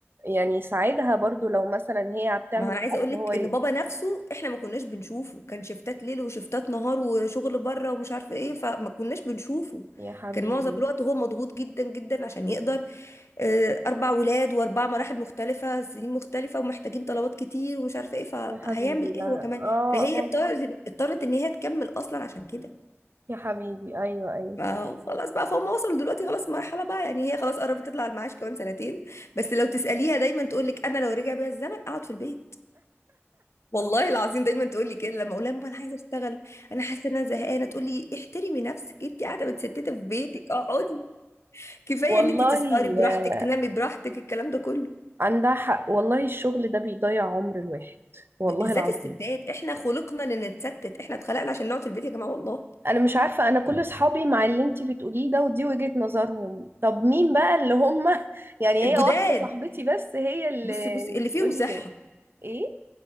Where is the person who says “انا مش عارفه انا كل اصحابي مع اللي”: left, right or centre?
Right